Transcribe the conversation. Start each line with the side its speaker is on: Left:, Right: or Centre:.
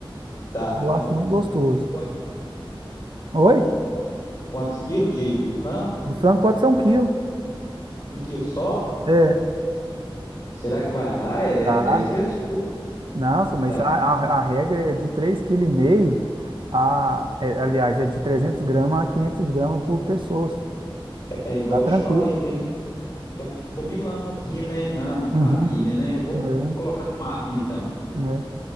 Left: tá.
Right: Eu
Left: Então,
Right: acho muito gostoso.
Left: quant-
Right: Oi?
Left: quantos quilos de, do frango?
Right: De frango pode ser um quilo.
Left: Um quilo só?
Right: É.
Left: Será que vai dar? É,
Right: Tá.
Left: é 10 pessoas?
Right: Nossa, mas
Left: Tá.
Right: a, a, a regra é de 3,5 kg a... é, aliás, é de 300 gramas a 500 gramas por pessoa.
Left: É igual
Right: Tá tranquilo.
Left: eu te falei, tem, um, tem uns comilão aqui, né? Na, na família,
Right: Uhum.
Left: né? Vamos
Right: É,
Left: colocar no máximo, então.
Right: é.